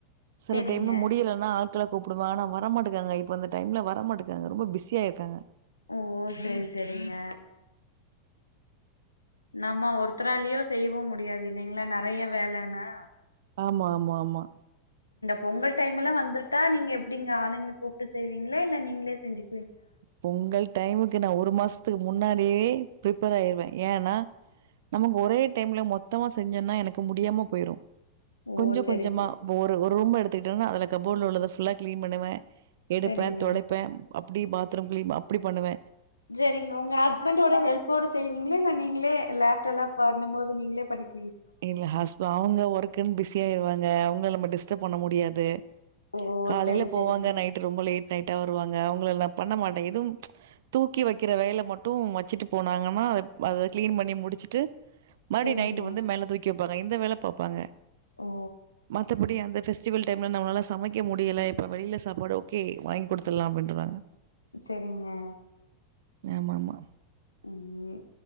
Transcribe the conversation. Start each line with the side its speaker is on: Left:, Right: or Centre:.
Right: சில
Left: செரிங்க
Right: டைம் முடிலன்னா ஆட்களை கூப்டுவ ஆனா வர மாட்டுக்ராங்க இப்ப அந்த டைம்ல வரமாட்டுக்ராங்க ரொம்ப பிஸியாய்ராங்க
Left: ஓ சரி சரிங்க நம்ம ஒருத்தராளியோ செயவு முடியாது இல்லைங்ளா நறைய வேலனா
Right: ஆமா ஆமா ஆமா
Left: பொங்கல் டைம்லா வந்துட்டா நீங்க எப்டிங்க ஆளுங்கள கூப்ட்டு செய்வீங்கல இல்ல நீங்ளே செஞ்சி
Right: பொங்கல் டைமுக்கு நான் ஒரு மாஸ் து முன்னாடியே பிரிப்பேர் ஆயிருவ ஏனா நமக்கு ஒரே டைம்ல மொத்தமா செஞ்சோம்னா எனக்கு முடியாம போயிரு கொஞ்சோ
Left: ஓ செரி
Right: கொஞ்சமா
Left: செ
Right: ஒரு ரூம் எடுத்து திங்கனா அதுல கப்போர்ட்ல உள்ளத புல்லா கிளீன் பண்ணுவ எடுப்ப
Left: செரிங்க
Right: தொடைப்ப அப்டி பாத்ரூம் கிளீன் அப்டி பண்ணுவ
Left: சரிங்க உங்க ஹஸ்பெண்டோட ஹெல்ப்போட செய்வீங்ளா? இல்ல நீங்களே லேப்டல பண்ணும்போது நீங்ளே பண்ணிக்
Right: இல்ல ஹஸ்ப் அவங்க ஒர்க்ன்னு பிஸியாயிருவாங்க. அவங்ள நம்ம டிஸ்டர்ப் பண்ண முடியாது.
Left: ஓ
Right: து காலையில
Left: செரி
Right: போவாங்க.
Left: செரிங்க
Right: நைட் ரொம்ப லேட் லேட்டா வருவாங்க. அவங்ள நா பண்ண மாட்டே. எதுவும் ப்ச் தூக்கி வெக்கிற வேலை மட்டும் வச்சுட்டு போனாங்கன்னா அத, அத கிளீன் பண்ணி முடிச்சுட்டு மறுபடி
Left: செரிங்க
Right: நைட்டு வந்து மேலத் கேட்பாங்க. இந்த வேல பாப்பாங்க
Left: ஓ
Right: மத்தபடி அந்த பெஸ்டிவல் டைம்ல நம்மளால சமைக்க முடியல. இப்ப வெளியில சாப்பாடு ஓகே வாங்கி குடுத்துடலாம் அப்டின்றாங்க.
Left: சரிங்க
Right: ஆமா ஆமா
Left: உம்